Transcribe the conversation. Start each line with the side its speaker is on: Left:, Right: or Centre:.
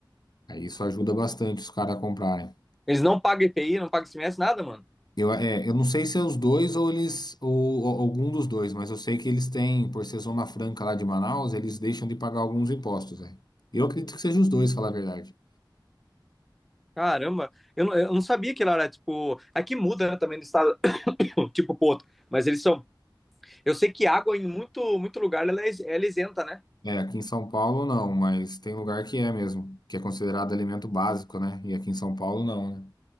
Left: Aí isso ajuda bastante os caras a comprarem.
Centre: Eles não pagam EPI, não pagam SMS, nada, mano.
Left: Eu, é, eu não sei se é os dois ou eles, ou, ou algum dos dois, mas eu sei que eles têm, por ser Zona Franca lá de Manaus, eles deixam de pagar alguns impostos, né? Eu acredito que seja os dois, falar a verdade.
Centre: Caramba, eu, não- eu não sabia que lá era tipo. Aqui muda, né, também do estado, <coughs> <clears throat> tipo pro outro. Mas eles são. Eu sei que água em muito, muito lugar ela é, ela é isenta, né?
Left: É, aqui em São Paulo não, mas tem lugar que é mesmo, que é considerado alimento básico, né? E aqui em São Paulo não, né?